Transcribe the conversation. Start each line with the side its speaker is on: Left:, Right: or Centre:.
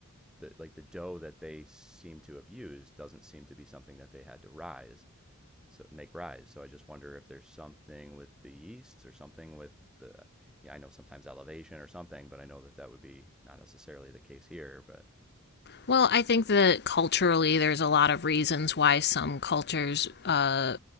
Centre: the like the dough that they seem to have used doesn't seem to be something that they had to rise so make rise. So I just wonder if there's something with the yeasts or something with the yeah, I know sometimes elevation or something, but I know that that would be not necessarily the case here, but
Left: Well, I think that culturally, there's a lot of reasons why some cultures uh,